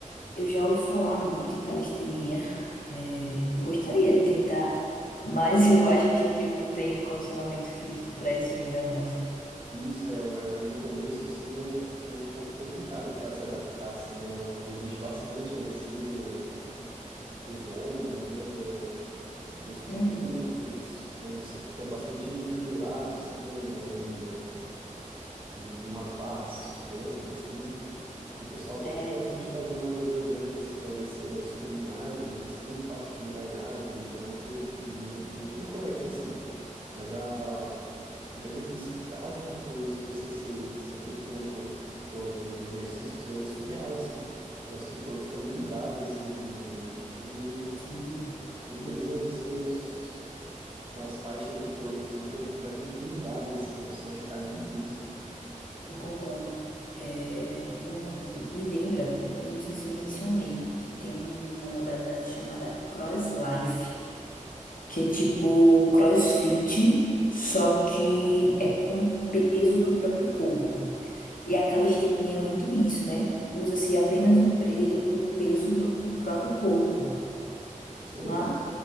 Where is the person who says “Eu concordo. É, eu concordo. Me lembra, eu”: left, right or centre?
Left